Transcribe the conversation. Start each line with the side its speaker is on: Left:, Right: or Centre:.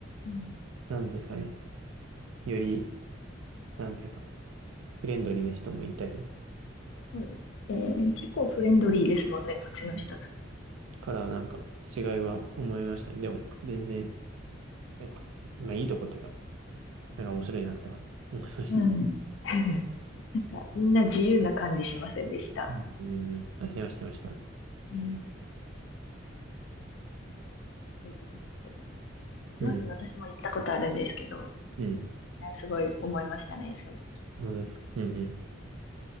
Left: うん。
Right: なんですかね、より、なんていうか、フレンドリーな人もいたり、
Left: そうです。えー結構フレンドリーですもんね、こっちの人たち。
Right: うんからなんか違いは思いましたね。でも、全然、えまあいいとこっていうか、なんか面白いなって思いました。
Left: ううん。<laughs> なんか、みんな自由な感じしませんでした。
Right: うんうんうん。あ、してました、してました。
Left: うん。そういうとこ結構。ロス私も行ったことあるんですけど、
Right: うん、うん。
Left: ねすごい思いましたね、その時。
Right: 本当ですか。うんうん。